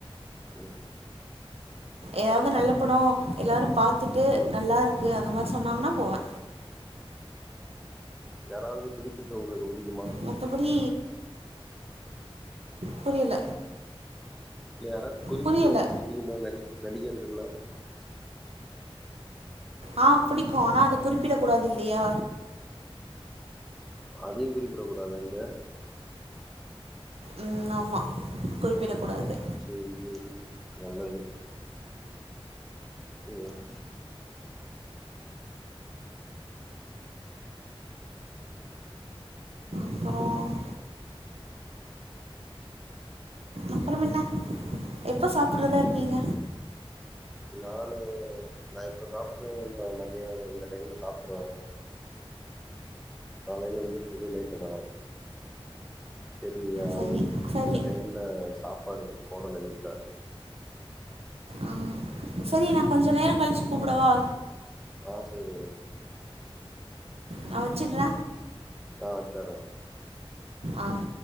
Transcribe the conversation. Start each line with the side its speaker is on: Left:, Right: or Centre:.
Centre: ம்
Right: ஏதாவது நல்ல பட எல்லாரு பாத்துட்டு
Centre: ம்
Right: நல்லா இருக்கு அந்த மாரி சொன்னாங்கன்னா போவே
Centre: யாராவது குறிப்பிட்டு உங்குளுக்கு புடிக்குமா
Right: மத்தபடி புரியல.
Centre: இ யாராவது குறிப்பிட்டு
Right: புரியல
Centre: உங்களுக்கு பிடிக்குமா நடி நடிகர் இதுல்ல.
Right: ஆஹ் பிடிக்கும். ஆனா அத குறிப்பிட கூடாது இல்லியா.
Centre: அதையு குறிப்பிடக் கூடாதா இங்க.
Right: உம் ஆமா குறிப்பிட கூடாது.
Centre: சேரி சேரி நல்லது. உம்.
Right: அப்புறம் அப்புறம் என்ன எப்போ சாப்புடறதா இருக்கீங்க.
Centre: நான்னு நா இப்ப சாப்புட்ருவே இப்ப மதிய இந்த டைம்ல சாப்புட்ருவே காலையில எந்திரச்சது லேட்டு தா சரி அ
Right: சரி சரி
Centre: அந்த டைம்ல சாப்பாடு போடலா வீட்டுல.
Right: ஆ சரி நா கொஞ்ச நேர கழிச்சு கூப்படவா.
Centre: ஆஹ் சரி.
Right: நா வச்சுடற
Centre: ஆஹ் வச்சர்ற
Right: ஆஹ்